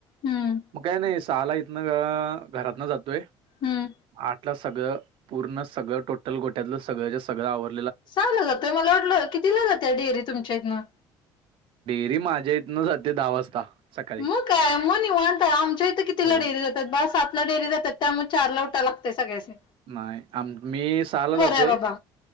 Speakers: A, on the left (about 55°); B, on the right (about 60°).
A: हम्म
B: मग काय नाही सहाला इथन घरात न जातोय.
A: हम्म
B: आठलं सगळं पूर्ण सगळं टोटल गोट्यातलं सगळं ज सगळं आवड
A: चांगलं जातोय मला वाटलं कि दिला जाते डेअरी तुमच्या इथनं.
B: तरी माझ्या इेतं सध्या दहा वाजता. सकाळी
A: मग काय मग निवणत आमच्या इथं कितीला
B: होय
A: डेअरी जातात बा सातला डेअरी जातात त्यामुळे चार ला उठावे लागतेय सगळ्याचे
B: नाही आम मी सहाला जातोय.
A: आहे बाबा